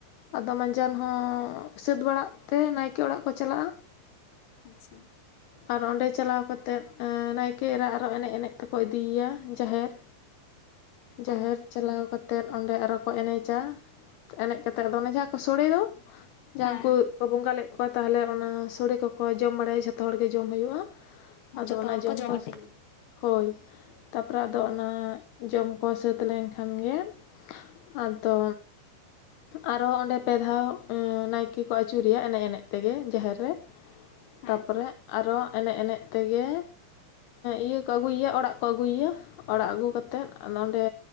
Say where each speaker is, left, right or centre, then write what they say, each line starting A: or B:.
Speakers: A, on the left (about 75°); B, on the left (about 60°).
A: ᱟᱫᱚ ᱢᱟᱡᱟᱱ
B: ᱚ
A: ᱦᱚᱸ ᱥᱟᱹᱛ ᱵᱟᱲᱟᱜ ᱛᱮ ᱱᱟᱭᱠᱮ ᱚᱲᱟᱜ ᱠᱚ ᱪᱟᱞᱟᱜᱼᱟ᱾
B: <unintelligible>
A: ᱟᱨ ᱚᱸᱰᱮ ᱪᱟᱞᱟᱣ ᱠᱟᱛᱮ ᱱᱟᱭᱠᱮ ᱮᱨᱟ ᱟᱨ ᱦᱚᱸ ᱮᱱᱮᱡ ᱮᱱᱮᱡ ᱛᱮᱠᱚ ᱤᱫᱤᱭᱮᱭᱟ ᱡᱟᱦᱮᱨ᱾ ᱡᱟᱦᱮᱨ
B: ᱚ
A: ᱪᱟᱞᱟᱣ ᱠᱟᱛᱮ ᱛᱮᱱ ᱚᱸᱰᱮ ᱟᱨ ᱦᱚᱸ ᱠᱚ ᱮᱱᱮᱡᱟ ᱮᱱᱮᱡ ᱠᱟᱛᱮ ᱟᱫᱚ ᱚᱱᱮ ᱡᱟᱦᱟᱸ ᱠᱚ ᱥᱳᱲᱮ ᱫᱚ <unintelligible> ᱡᱟᱦᱟᱸᱭ
B: ᱦᱮᱸ
A: ᱩᱱᱠᱩ ᱠᱚ ᱵᱚᱸᱜᱟ ᱞᱮᱫ ᱠᱚᱣᱟ ᱛᱟᱦᱚᱞᱮ ᱚᱱᱟ ᱥᱳᱲᱮ ᱠᱚᱠᱚ ᱡᱚᱢ ᱵᱟᱲᱟᱭᱟ ᱡᱷᱚᱛᱚ ᱦᱚᱲᱜᱮ ᱡᱚᱢ ᱦᱩᱭᱩᱜᱼᱟ᱾ ᱟᱫᱚ
B: ᱡᱚᱛᱚ
A: ᱚᱱᱟ
B: ᱦᱚᱲ
A: ᱡᱚᱢ ᱠᱚ
B: ᱦᱟᱹᱴᱤᱧᱟ
A: <unintelligible> ᱦᱳᱭ ᱛᱟᱯᱚᱨᱮ ᱟᱫᱚ ᱚᱱᱟ ᱡᱚᱢ ᱠᱚ ᱥᱟᱹᱛ ᱞᱮᱱᱠᱷᱟᱱ ᱜᱮ ᱟᱫᱚ ᱟᱨ ᱦᱚᱸ ᱚᱸᱰᱮ ᱯᱮ ᱫᱷᱟᱣ ᱱᱟᱭᱠᱮ ᱠᱚ ᱟᱹᱪᱩᱨᱮᱭᱟ ᱮᱱᱮᱡ ᱮᱱᱮᱡ ᱛᱮᱜᱮ ᱡᱟᱦᱮᱨ ᱨᱮ᱾
B: ᱦᱮᱸ
A: ᱛᱟᱯᱚᱨᱮ ᱟᱨᱚ ᱮᱱᱮᱡ ᱮᱱᱮᱡ ᱛᱮᱜᱮ ᱤᱭᱟᱹ ᱾ ᱚᱲᱟᱜ ᱠᱚ ᱟᱹᱜᱩᱭᱮᱭᱟ ᱚᱲᱟᱜ ᱟᱹᱜᱩ ᱠᱟᱛᱮ ᱚᱸᱰᱮ